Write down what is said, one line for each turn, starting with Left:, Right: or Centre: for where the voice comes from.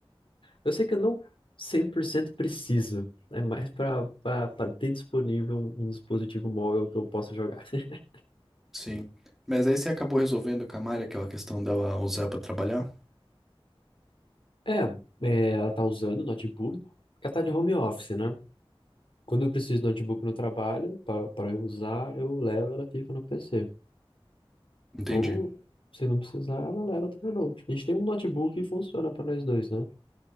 Left: Eu sei que eu não 100% preciso. É mais pra, pra, pra ter disponível um, um dispositivo móvel que eu possa jogar. <laughs>
Centre: Sim. Mas aí você acabou resolvendo com a Mari aquela questão dela usar pra trabalhar?
Left: É, é, ela tá usando o notebook, porque ela tá de home office, né? Quando eu preciso de notebook no trabalho, para eu usar, eu levo e ela fica no PC.
Centre: Entendi.
Left: Ou, se não precisar, ela leva também o note. A gente tem um notebook que funciona para nós dois, né?